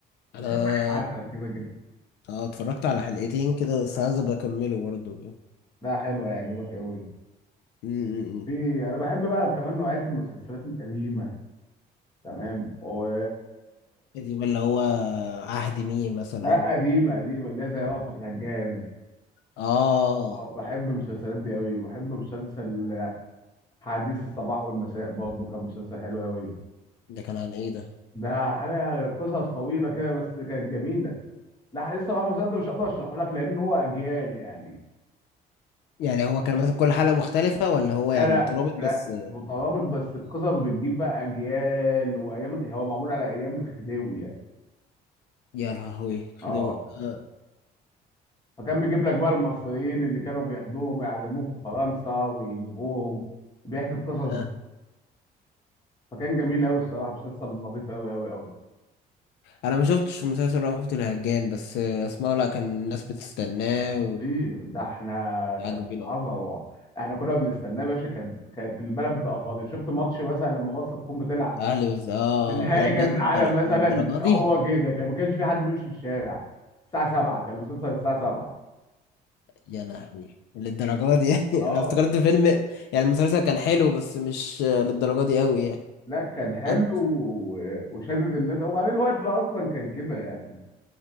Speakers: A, on the left; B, on the left.
A: وشاب
B: انا
A: عسل كده كده
B: آه، اتفرجت على حلقتين كده بس عايز ابقى اكمله برضو م-
A: ده حلو هيعجبك قوي
B: م- م.
A: في انا بحب بقى كمان نوعيه المسلسلات القديمه تمام و
B: دي اللي هو عهد مين مثلا
A: لا
B: او
A: قديمه قديمه اللي هي زي رأفت الهجان
B: اه
A: آه، بحب المسلسلات دي قوي وبحب مسلسل حديث الصباح والمساء برضه كان مسلسل حلو قوي
B: ده كان عن ايه ده
A: ده حاجه قصص طويله كده بس كانت جميله لا حديث الصباح والمساء ده مش هقدر اشرحه لك لان هو اجيال يعني
B: يعني هو كان مثلا كل حلقة مختلفة ولا هو يعني
A: لا لا
B: مترابط بس
A: لا مترابط بس القصص بتجيب بقى اجيال وايام هو معمول على ايام الخديوي يعني.
B: يا لهوي خدوا
A: اه
B: آه.
A: فكان بيجيب لك بقى المصريين اللي كانوا بياخدوهم يعلموهم في فرنسا ويجيبوهم بيحكي القصص
B: آه.
A: دي. فكان جميل قوي الصراحه مسلسل لطيف قوي قوي قوي
B: انا ما شفتش مسلسل رأفت الهجان بس آه، اسمعه لا كان الناس بتستناه
A: خطير ده احنا
B: وعاجبين
A: كان عظمه
B: قوي
A: احنا كنا بنستناه يا باشا كانت كانت البلد بتبقى فاضيه شفت ماتش مثلا لما مصر تكون بتلعب
B: اهلي وز اه
A: في نهائي
B: آه. ايه ده بجد
A: كاس العالم
B: الدر...
A: مثلا
B: للدرجة دي
A: هو كده كان ما كانش في حد بيمشي في الشارع الساعه 7 كان المسلسل الساعه 7
B: يا لهوي للدرجة دي يعني
A: اه
B: <laughs> انا افتكرت فيلم يعني المسلسل كان حلو بس مش آه، للدرجة دي قوي يعني
A: لا كان حلو
B: حد
A: و- وشدد الناس وبعدين الوقت ده اصلا كان كده يعني